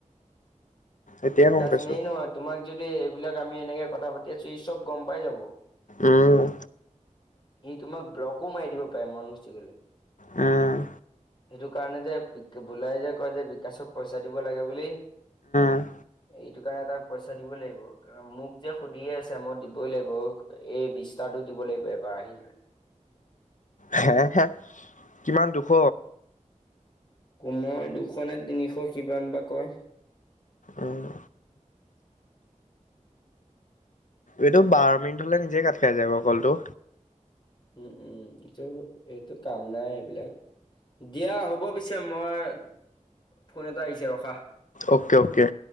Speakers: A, on the left (about 75°); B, on the left (about 40°).
A: এতিয়া
B: বিকাশ
A: গম পাইছোঁ।
B: মেইন হয় তোমাক যদি এইবিলাক আমি এনেকে কথা পাতি আছো ই চব গম পাই যাব।
A: উম
B: সি তোমাক ব্লকো মাৰি দিব পাৰে মনচি গলে,
A: উম
B: সেইটো কাৰণে যে ভোলাই কয় যে বিকাশক পইচা দিব লাগে বুলি
A: হম
B: এইটো কাৰণে তাক পইচা দিব লাগিব মোক যে সুধিয়ে আছে মই দিবই লাগিব এই বিশটা সিহঁতক দিব লাগিব এবাৰ আহি কিনে
A: হে হে কিমান দুশ
B: মই দুশ নে তিনিশ কিমান বা কয়?
A: উম্ এইটো বাৰ মিনিট হলে নিজে কাট খাই যায় ক কলটো।
B: উম উম এইটো এইটো কাম নাই এইবিলাক দিয়া হ'ব পিছে মই ফোন এটা আহিছে ৰখা।
A: Okay okay